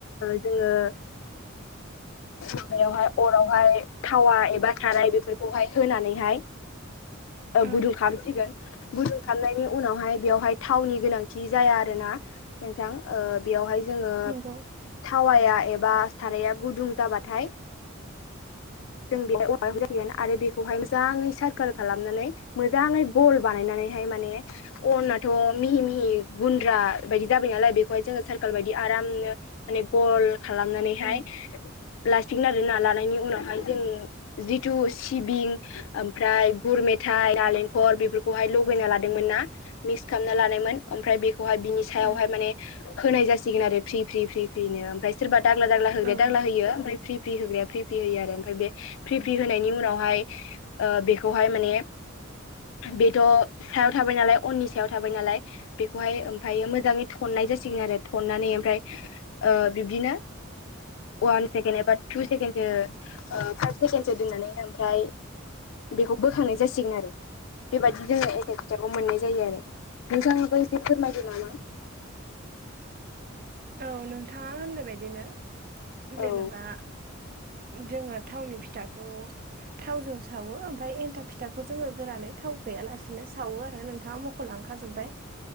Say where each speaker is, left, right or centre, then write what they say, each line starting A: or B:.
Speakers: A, on the left; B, on the right.
A: ओ जोंङो माबायावहाय अरावहाय थावा एबा थानाय बेफोरखौहाय होनानैहाय
B: <inaudible>
A: ओ
B: ओं
A: गुदुं खालामसिगोन गुदुं खालामनायनि उनावहाय बेयावहाय थावनि गोनांथि जाया आरो ना नोंथां। बेयावहाय जोंङो
B: नंगौ
A: थावाया एबा साराया गुदुं जाबाथाय जों बेहाय जगोन आरो बेखौहाय मोजांङै सारकोल खालामनानै मोजांङै गल बानायनानैहाय माने अनाथ' मिहि मिहि गुन्द्रा बायदि जाबाय नालाय बेखौहाय जोंङो सारकोल बायदि आरामनो माने गल खालामनानैहाय
B: ओं
A: लासिगोन आरो ना लानायनि उनावहाय जों जिथु सिबिं ओमफ्राय गुर मेथाइ नालेंख घर बेफोरखौहाय लगैना लादोंमोन। ना मिक्स खालामना लादोंमोन ओमफ्राय बेखौहाय बिनि सायावहाय
B: ओं
A: माने होनाय जासिगोन आरो फ्रि फ्रि फ्रि फ्रिनो ओमफ्राय सोरबा दांला दांला होदो
B: औ
A: दांला होयो ओमफ्राय रि फ्रि होग्राया फ्रि फ्रि होयो आरो। ओमफ्राय बे फ्रि फ्रि होनायनि उनावहाय बेखौहाय माने बेथ' सायाव थाबाय नालाय उननि सायाव थाबाय नालाय बेखौहाय ओमफायो मोजांङै थननाय जासिगोन आरो थननानै ओमफ्राय बिब्दिनो वान सेकेणड एबा टु सेकेणडसो फाइभ सेकेणडसो दोननानै ओमफ्राय बेखौ बोखांनाय जासिगोन आरो। बेबायदि जोंङो एथा फिथाखौ मोननाय जायो आरो। नोंथांथ' एसे फोरमायदो नामा?
B: औ नोंथांङा होननाय बायदिनो
A: औ
B: जेनेबा जोंङो थावनि फिथाखौ थावजों सावो ओमफ्राय एन्था फिथाखौ जोंङो गोरानै थाव गैयालासेनो सावो आरो नोंथांङा खौ लांख जोबबाय